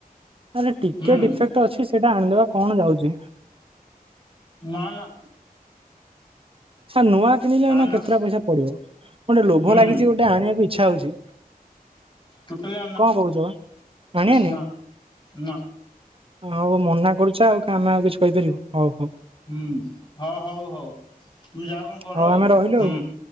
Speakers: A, on the right; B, on the left.
A: ଆରେ ଟିକେ
B: ହୁଁ
A: ଡିଫେକ୍ଟ ଅଛି ସେଇଟା ଆଣିଦବା କଣ ଯାଉଛି।
B: ନା ନା।
A: ନୂଆ କିଣିଲେ ଏଇନା
B: ଆନା
A: କେତେଟା ପଇସା ପଡିବ ଗୋଟେ ଲୋଭ
B: ହୁଁ
A: ଲାଗିଛି ଗୋଟେ ଆଣିବାକୁ ଇଛା ହଉଛି।
B: ଟୋଟାଲି ଆନା
A: କଣ କହୁଛ ବା ଆଣିଆନି?
B: ନା ନା
A: ହଉ ମନା କରୁଛ ଆଉ କା ଆମେ ଆଉ କିଛି କହିପାରିବୁ ହଉ ହଉ
B: ହୁଁ ହଁ ହଉ ହଉ। ତୁ ଯାଆ କଣ କର
A: ହଉ
B: ଆଉ
A: ଆମେ ରହିଲୁ
B: ହୁଁ
A: ଆଉ